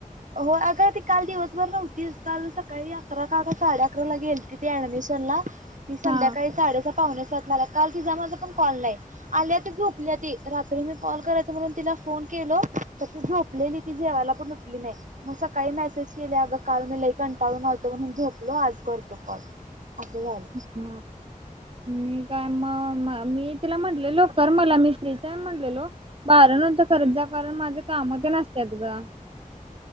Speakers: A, on the right; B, on the right.
A: होय अग ती काल दिवसभर नव्हतीच. काल सकाळी अकरा का ते साडे अकराला गेलती ती अऍडमिशनला नी संध्याकाळी
B: हा.
A: साडेसहा पावणेसात आल्या काल तिझामाझा पण कॉल नाही, आल्या ते झोपल्या ती. रात्री मी कॉल करायच म्हणून तिला, फोन केलो तर ती झोपलेली ती जेवायला पण उठ ली नाही मग सकाळी मेसेज केल्या अग काल मी लई कंटाळून आलतो म्हणून झोपलो आज करतो कॉल अस झाल.
B: हा मी काय मग मी तिला म्हणलेलो कर मला मी फ्रीच आहे म्हणलेलो बारा नंतर करत जा कारण माझं काम तेन असत्यात ग